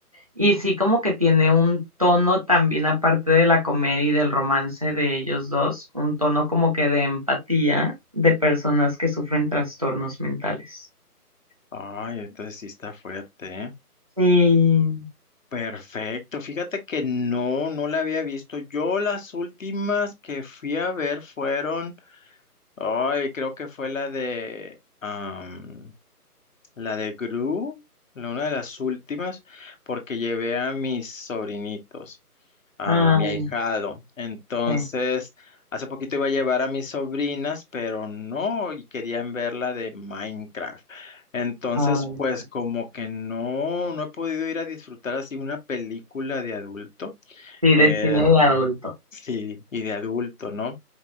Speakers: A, on the right; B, on the left.
A: Y sí, como que tiene un tono también, aparte de la comedia y del romance de ellos dos, un tono como que de empatía de personas que sufren trastornos mentales.
B: Ay, entonces sí está fuerte, ¿eh?
A: Sí,
B: Perfecto. Fíjate que no, no la había visto. Yo las últimas que fui a ver fueron Ay, creo que fue la de am, la de Gru, la- una de las últimas, porque llevé a mis sobrinitos, a
A: ay,
B: mi ahijado. Entonces,
A: sí,
B: hace poquito iba a llevar a mis sobrinas, pero no, y querían ver la de Minecraft. Entonces,
A: ay.
B: pues como que no, no he podido ir a disfrutar así una película de adulto.
A: Sí,
B: Eh,
A: de cine de adulto,
B: sí, y de adulto, ¿no?